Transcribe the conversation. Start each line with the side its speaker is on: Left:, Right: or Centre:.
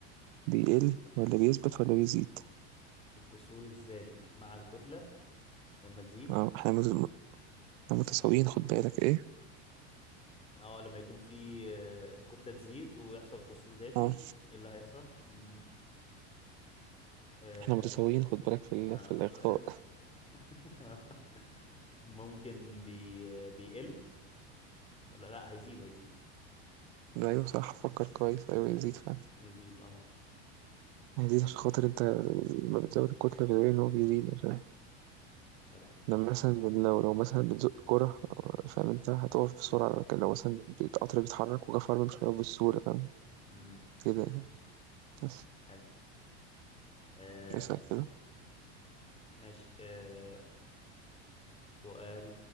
Right: بيقل ولا بيثبت ولا بيزيد؟
Left: القصور الذاتي مع الكتلة لما تزيد
Right: أه إحنا مت- م- إحنا متساويين خد بالك إيه؟
Left: اه لما يكون في آه، الكتلة تزيد ويحصل قصور ذاتي
Right: أه
Left: ايه اللي هيحصل؟ مم. آه
Right: إحنا متساويين خد بالك في ال...
Left: آه
Right: في الإخطاء
Left: بحب <laughs> ممكن بي آه، بيقل ولا لا هيزيد هيزيد
Right: أيوه صح فكر كويس أيوه يزيد فعلا
Left: يزيد اه
Right: هيزيد عشان خاطر أنت لما بتزود الكتلة بتلاقي إن هو بيزيد عشان
Left: جدع
Right: لما مثلا لو لو مثلا بتزق كرة آه، فاهم أنت هتقف بسرعة لكن لو مثلا القطر بيتحرك وجا فرمل مش هيقف بسهولة فاهم
Left: امم
Right: كده يعني بس
Left: حلو آه
Right: اسأل كده
Left: ماشي آه سؤال